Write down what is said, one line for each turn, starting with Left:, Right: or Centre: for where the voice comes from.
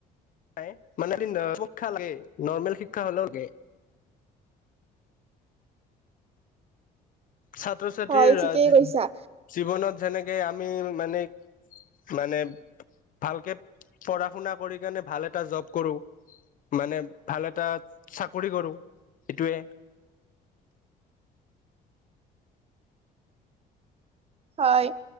Left: নাই মানে <inaudible> নৰ্মেল শিক্ষা হ'লেও লাগে। ছাত্ৰ ছাত্ৰীৰ
Right: হয় ঠিকেই
Left: আ,
Right: কৈছা।
Left: জীৱনত যেনেকে আমি মানে, মানে ভালকে পঢ়া শুনা কৰি কেনে ভাল এটা জব কৰোঁ, মানে ভাল এটা চাকৰি কৰোঁ, সেইটোৱে
Right: হয়,